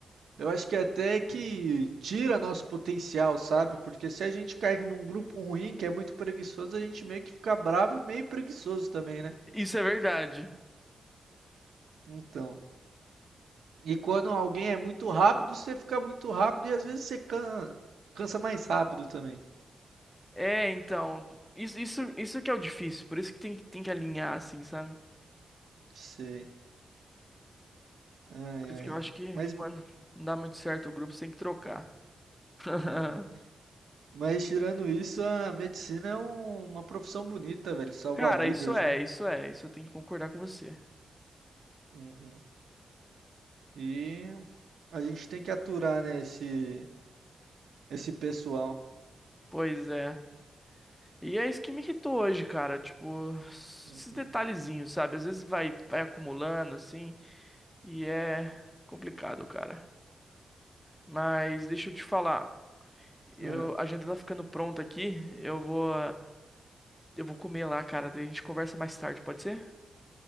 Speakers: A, on the right; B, in the centre.
A: eu acho que até que tira nosso potencial, sabe? Porque se a gente cai num grupo ruim, que é muito preguiçoso, a gente meio que fica bravo e meio preguiçoso também, né?
B: Isso é verdade.
A: Então. E quando alguém é muito rápido, você fica muito rápido e às vezes você can- cansa mais rápido também.
B: É, então. Isso, isso, isso que é o difícil, por isso que tem, que- tem que alinhar, assim, sabe?
A: Sei. Ai,
B: Por isso
A: ai.
B: que eu acho que
A: Mas.
B: quando não dá muito certo o grupo, você tem que trocar. <laughs>
A: Uhum. Mas tirando isso, a medicina é um- uma profissão bonita, velho. Salvar
B: Cara,
A: vidas,
B: isso é,
A: né?
B: isso é, isso eu tenho que concordar com você.
A: Uhum. E a gente tem que aturar, né, esse, esse pessoal.
B: Pois é. E é isso que me irritou hoje, cara, tipo,
A: Uhum.
B: esses detalhezinhos, sabe? Às vezes vai, vai acumulando, assim. E é complicado, cara. Mas deixa eu te falar. Eu,
A: Ah,
B: a agenda tá ficando pronta aqui. Eu vou, eu vou comer lá, cara. Daí a gente conversa mais tarde, pode ser?